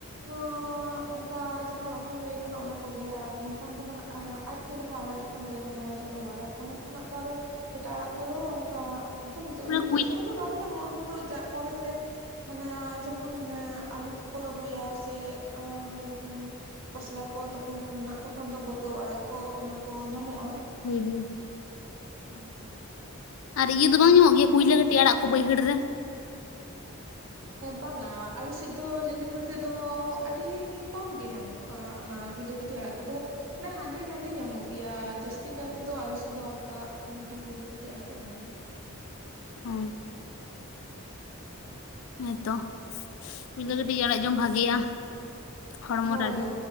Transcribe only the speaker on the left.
ᱚᱱᱟ
ᱠᱩᱭᱞᱟᱹ
ᱦᱳᱭ, ᱦᱳᱭ᱾
ᱟᱨ ᱤᱭᱟᱹ ᱫᱚ ᱵᱟᱝ ᱧᱚᱜ ᱜᱮᱭᱟ ᱠᱩᱭᱞᱟᱹ ᱠᱟᱹᱴᱤ ᱟᱲᱟᱜ ᱠᱚ ᱵᱟᱹᱭᱦᱟᱹᱲ ᱨᱮ?
ᱚ᱾ ᱦᱮᱸᱛᱚ ᱠᱩᱭᱞᱟᱹ ᱠᱟᱹᱴᱤ ᱟᱲᱟᱜ ᱡᱚᱢ ᱵᱷᱟᱜᱮᱭᱟ᱾ ᱦᱚᱲᱢᱚ
ᱨᱮ ᱟᱹᱰᱤ